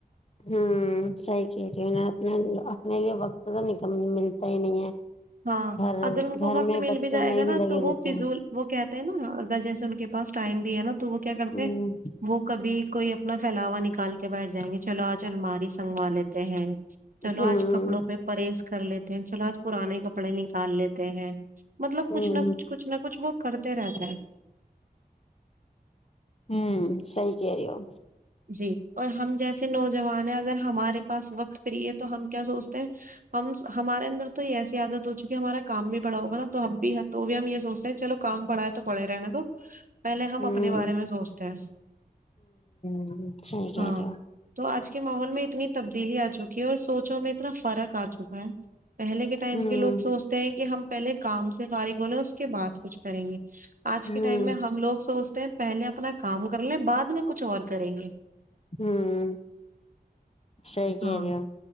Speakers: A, on the left; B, on the right.
A: ہوں صحیح کہہ رہی ہوں اپنے اپنے لیے وقت تو نہیں ملتا ہی نہیں ہے
B: ہاں
A: گھر
B: اگر ان کو
A: گھر
B: وقت
A: میں
B: مل
A: بچوں
B: بھی جائے
A: میں
B: گا نا
A: ہی لگے
B: تو وہ
A: رہتے
B: فضول
A: ہیں
B: وہ کہتے ہیں نا اگر جیسے ان کے پاس ٹائم بھی ہے نا تو وہ کیا کرتے
A: ہوں
B: وہ کبھی کوئی اپنا فھیلاوا نکال کے بیٹھ جائیں گے چلو آج جلماری سنگوا لیتے ہیں چلو
A: ہوں
B: آج کپڑوں پہ پرہیز کر لیتے دین چو آج پرانے ک کپڑے نکال لیتے ہیں مطلب
A: ہوں
B: کچھ نہ کچھ کچھ نہ کچھ وہ کرتے رہتے ہیں
A: ہوں سی کہہ رہی ہو
B: جی اور ہم جیسے نوجوان ہیں اگر ہمارے پاس وقت فری ہے تو ہم کیا سوچتے ہیں ہم ہمارے اندر تو ایسی عادت ہو چکی ہمارا کام بھی پڑا ہوگا نا تو ہمب بھی تو بھی ہم یہ سوچتے ہیں چلو کام پڑا ہے تو بڑے رہنے تو پہلے ہم
A: ہوں
B: اپنے بارے میں سوچتے ہیں
A: ہ ٹھیک
B: ہاں
A: ہے <inaudible>
B: تو آج کے ماحول میں اتنی تبدیلی آ چکی ہے اور سوچوں میں اتنا فرق آ چکا ہے پہلے کے ٹائم
A: ہوں
B: کے لوگ سوچتے ہیں کہ ہم پہلے کام سے فارغ ہونے اس کے بعد کچھ کریں گے آج
A: ہوں
B: کے ٹائم میں ہم لوگ سو پہلے اپنا کام کر لیں بعد میں کچھ اور کریں گے
A: ہوں صحی کہ
B: ہاں
A: رہی ہو